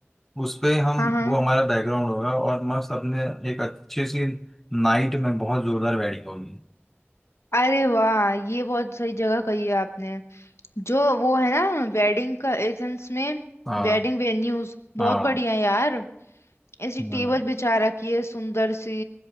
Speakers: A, in the centre; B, on the left.
A: उस पे हम
B: हाँ हाँ
A: वो हमारा बैकग्राउंड होगा और मस्त अपने एक अच्छी सी नाइट में बहुत जोरदार वेडिंग होगी
B: अरे वाह ये बहुत सही जगह कही है आपने जो वो है ना वेडिंग का एथेंस में
A: हाँ
B: वेडिंग वेन्यूज बहुत
A: हाँ
B: बढ़िया है यार ऐसी
A: हाँ
B: टेबल बिछा रखी है सुंदर सी